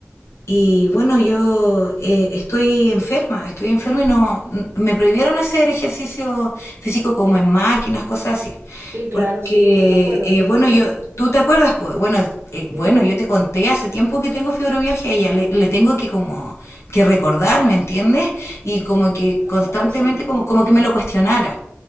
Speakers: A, on the left (about 75°); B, on the right (about 60°).
A: Y bueno, yo eh, estoy enferma, estoy enferma y no n- me prohibieron hacer ejercicio físico como en máquinas, cosas así.
B: Sí,
A: Porque
B: claro, sí, yo me acuerdo
A: eh,
B: que te
A: bueno,
B: lo dijeron.
A: yo tú te acuerdas, pues bueno, eh, bueno,
B: Sí,
A: yo te conté hace tiempo que tengo fibromialgia y ya le, le tengo que como que recordar, ¿me entiendes? Y como que
B: no,
A: constantemente
B: imposible.
A: como como
B: Mm.
A: que me lo cuestionara.